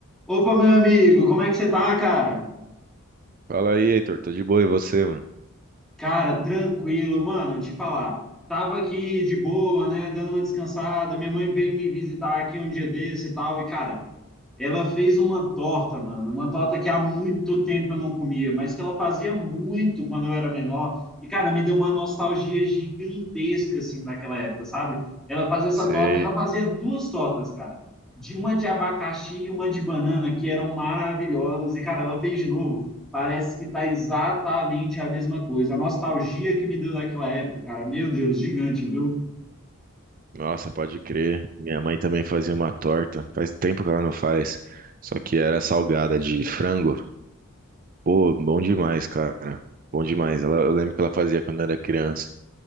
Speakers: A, in the centre; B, on the right (about 40°).
A: Opa, meu amigo, como é que você tá, cara?
B: Fala aí, Heitor. Tô de boa, e você, mano?
A: Cara, tranquilo, mano, te falar. Tava aqui de boa, né, dando uma descansada. Minha mãe veio me visitar aqui um dia desse e tal. E, cara, ela fez uma torta, mano, uma torta que há muito tempo eu não comia, mas que ela fazia muito quando eu era menor. E, cara, me deu uma nostalgia gigantesca, assim, daquela época, sabe? Ela fazia essa
B: Sei.
A: torta, ela fazia duas tortas, cara. De uma de abacaxi e uma de banana, que eram maravilhosas. E, cara, ela fez de novo. Parece que tá exatamente a mesma coisa. A nostalgia que me deu daquela época, cara, meu Deus, gigante, viu?
B: Nossa, pode crer. Minha mãe também fazia uma torta. Faz tempo que ela não faz. Só que era salgada de frango. Pô, bom demais, cara. Bom demais. Ela, eu lembro que ela fazia quando era criança.